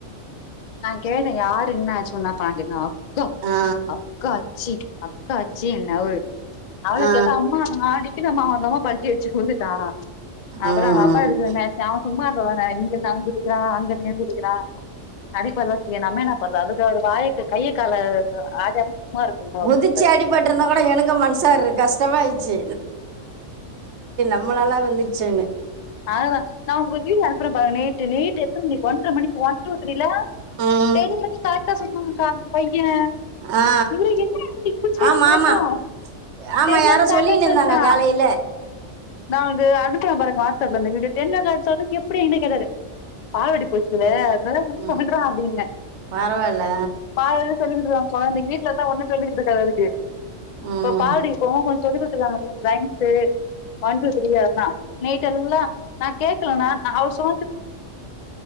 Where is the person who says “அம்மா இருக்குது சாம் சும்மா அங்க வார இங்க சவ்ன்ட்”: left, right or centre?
Left